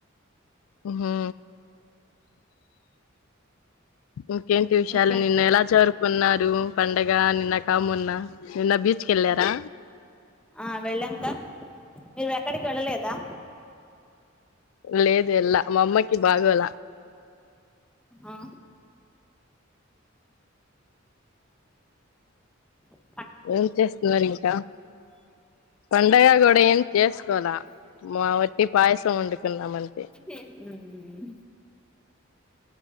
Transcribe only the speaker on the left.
హా ఇంకేంటి విషయాలు
నిన్న ఎలా జరుపుకున్నారు పండగ నిన్న కా మొన్న నిన్న బీచ్ కి వెళ్ళారా
లేదు యల్ల మా అమ్మకి బాగోలా
ఏం చేస్తున్నారు ఇంకా పండగ కూడా ఇడ ఏం చేసుకోల మా వట్టి పాయసం వండుకున్నామని